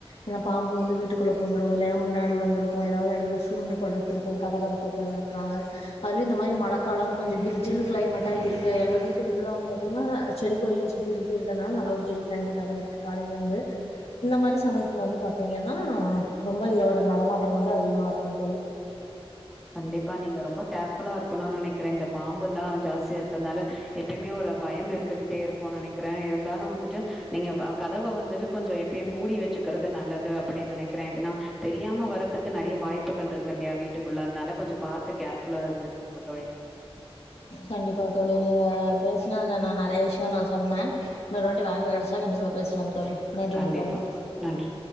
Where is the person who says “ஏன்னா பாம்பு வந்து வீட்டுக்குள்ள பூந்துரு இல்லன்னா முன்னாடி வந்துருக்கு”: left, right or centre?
Left